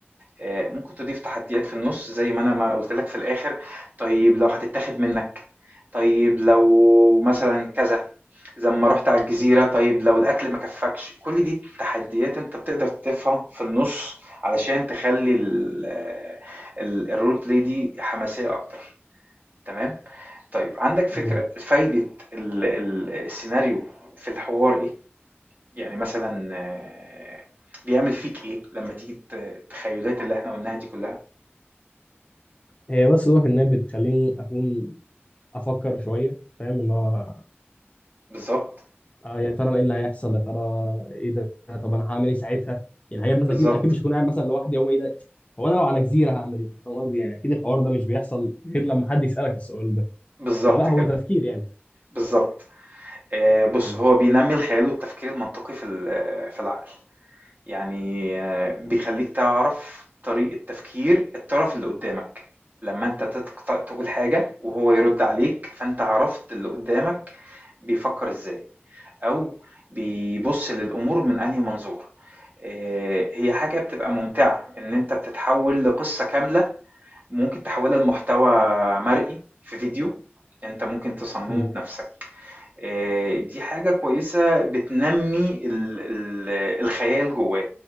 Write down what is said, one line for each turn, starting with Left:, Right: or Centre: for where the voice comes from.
Right: آه، ممكن تضيف تحديات في النص زي ما انا ما قلت لك في الاخر طيب لو هتتاخد منك طيب لو مثلا كذا زي ما رحت على الجزيرة طيب لو الاكل ما كفكش كل دي تحديات انت بتقدر تضيفها في النص علشان تخلي ال- آه، ال- الرول بلاي دي حماسية اكتر تمام طيب عندك فكرة
Left: م.
Right: فايدة ال- ال- السيناريو في الحوار ايه يعني مثلا آه، بيعمل فيك ايه لما تيجي الت- التخيلات اللي احنا قلناها دي كلها
Left: هي بس دوك انها بتخليني اكون افكر شويه فاهم اللي هو
Right: بالضبط،
Left: آه يا ترى ايه اللي هيحصل يا ترى ايه ده طب انا هعمل ايه ساعتها يعني هي مثلا
Right: بالضبط،
Left: اكيد اكيد مش هكون قاعد مثلا لوحدي او ايه ده هو انا لو على جزيره هعمل ايه فاهم قصدي يعني اكيد الحوار ده مش بيحصل غير لما حد يسالك السؤال ده
Right: بالضبط
Left: فلا هو
Right: كده،
Left: تفكير يعني
Right: بالضبط. آآ بُص،
Left: مم.
Right: هو بينمّي الخيال والتفكير المنطقي في ال في العقل، يعني آه، بيخلّيك تعرف طريقة تفكير الطرف اللي قدّامك، لمّا أنت تتق تقول حاجة وهو يرُد عليك، فأنت عرفت اللي قدّامك بيفكّر إزاي أو بيبُص للأمور من أنهي منظور. آآ هي حاجة بتبقى ممتعة إن أنت بتتحوّل لقصة كاملة ممكن تحولها لمحتوى مرئي في فيديو انت ممكن تصممه
Left: مم.
Right: بنفسك آه، دي حاجة كويسة بتنمي ال- ال- الخيال جواه